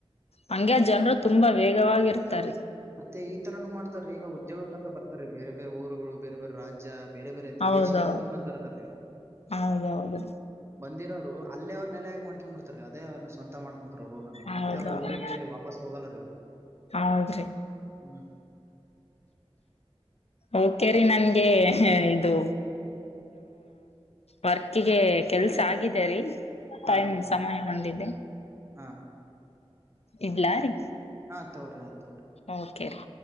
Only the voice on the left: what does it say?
ಹಂಗೆ ಜನರು ತುಂಬಾ ವೇಗವಾಗಿರ್ತಾರಿ.
ಹೌದೌದು
ಹೌದೌದ್ರಿ
ಹೌದೌದು
ಹೌದ್ರಿ
ಓಕೆ ರಿ ನನ್ ಗೆ ಅಹ್ ಇದು ವರ್ಕ್ಗೆ ಕೆಲ್ಸ ಆಗಿದೆ ರೀ.
ಟೈಮ್
ಸಮಯ ಬಂದಿದೆ
ಇಡ್ಲಾ ರೀ
ಓಕೆರಿ